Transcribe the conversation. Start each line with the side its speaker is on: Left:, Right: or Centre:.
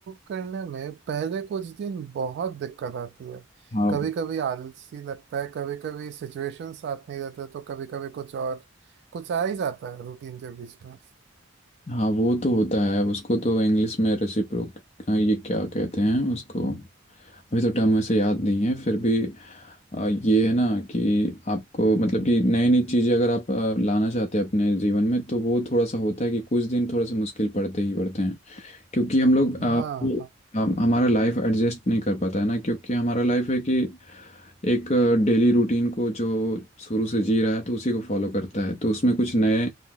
Right: करने में पहले कुछ दिन बहुत दिक्कत आती है
Left: हाँ
Right: कभी कभी आलसी लगता है कभी कभी सिचुएशन साथ नहीं देते तो कभी कभी कुछ और कुछ आ ही जाता है रूटीन के बीच में
Left: हाँ वो तो होता है उसको तो इंग्लिश में रेसिप्रोक ये क्या कहते हैं उसको अभी तो टर्म ऐसे याद नहीं है फिर भी अ, ये है ना कि आपको मतलब कि नई नई चीज़ें अगर आप अ, लाना चाहते हैं अपने जीवन में तो वो थोड़ा सा होता है कि कुछ दिन थोड़े से मुश्किल पड़ते ही पड़ते हैं क्योंकि हम लोग
Right: हाँ
Left: आ, जी
Right: हाँ
Left: हम हमारा लाइफ एडजस्ट नहीं कर पाता है ना क्योंकि हमारा लाइफ है कि एक डेली रूटीन को जो शुरू से जी रहा है तो उसी को फॉलो करता है तो उसमें कुछ नए